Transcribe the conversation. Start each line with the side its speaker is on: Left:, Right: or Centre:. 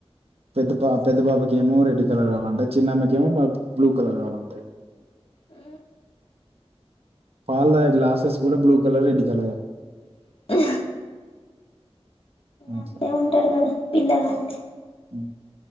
Right: పెద్ద పా పెద్ద పాప ఏమో రెడ్ కలర్ కావాలంటాయి చిన్నమ్మ గ ఏమో బ్లూ కలర్ కావాలంటయి
Left: ఉ
Right: పాల్దాయ గ్లాసెస్ కూడా బ్లూ కలర్ రెడ్డి కలర్
Left: <inaudible> ఇ
Right: అట్లా
Left: అంతే ఉంటారు కదా పిల్లలు అంతే
Right: ఉమ్,